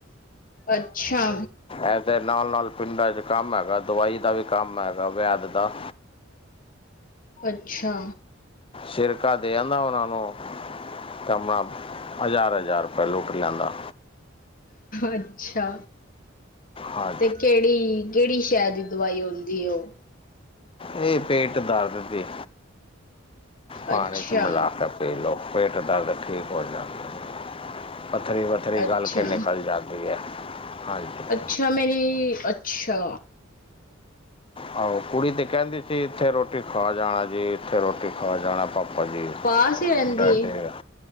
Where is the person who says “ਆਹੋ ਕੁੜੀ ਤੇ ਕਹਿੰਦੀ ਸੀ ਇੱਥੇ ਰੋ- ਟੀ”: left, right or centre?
Left